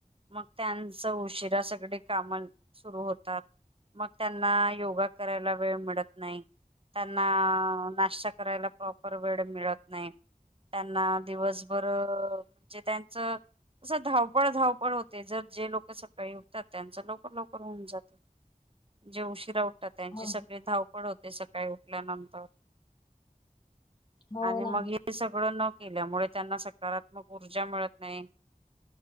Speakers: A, on the right; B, on the left.
A: मग, त्यांच उशरा सगळी काम सुरू होतात मग त्यांना, योगा करायला वेळ मिळत नाही. त्यांना, नाश्ता करायला प्रॉपर वेळ मिळत नाही. त्यांना दिवसभर म्हणजे त्यांचं असं, धावपळ, धावपळ, होते जर जे लोक सकाळी उठतात, त्यांचं लवकर लवकर होऊन जातं. जे उशीरा उठतात, त्यांची
B: हो
A: सगळे धावपड होते. ते सकाळी उठल्यानंतर,
B: हो
A: आणि मग
B: ना
A: हे सगळं न केल्यामुळे, त्यांना सकारात्मक ऊर्जा मिळत नाही.